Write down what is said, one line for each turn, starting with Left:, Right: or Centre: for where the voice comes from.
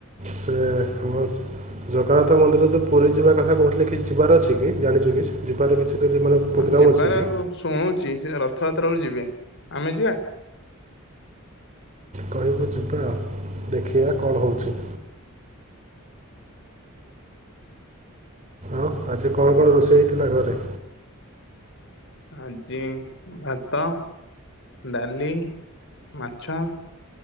Right: ସେ ଆମର ଜଗନ୍ନାଥ ମନ୍ଦିର ଯୋଉ ପୁରୀ ଯିବା କଥା କହୁଥିଲେ କି ଯିବାର ଅଛି କି ଜାଣିଛୁ କି? ଯିବାର କିଛି ତ ମାନେ ପ୍ରୋଗ୍ରାମ୍
Left: ହଁ ଯିବାର
Right: ଅଛି କି
Left: ଶୁଣୁଛି। ସେ ରଥଯାତ୍ରା କୁ ଯିବେ ଆମେ ଯିବା।
Right: କହିବୁ ଯିବା ଆଉ ଦେଖିବା କଣ ହଉଛି। ଆଉ ଆଜି କଣ କଣ ରୋଷେଇ ହେଇଥିଲା ଘରେ?
Left: ଆଜି ଭାତ ଡାଲି ମାଛ।